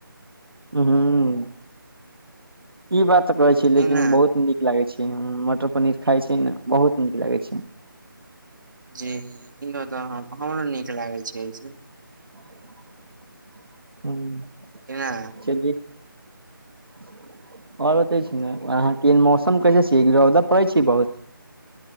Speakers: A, on the right; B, on the right.
A: हं हं ई बात तऽ कहै छी
B: कि
A: लेकिन
B: ने
A: बहुत नीक न लागे छै मटर पनीर खाइ छै ने बहुत नीक लागै छै
B: जी इहो तऽ हमरो नीक लागै छै से
A: <inaudible> हं
B: ने
A: चलि आओर बतय छी ने अहाँ के मौसम कैसे छी रौदा पड़ै छी बहुत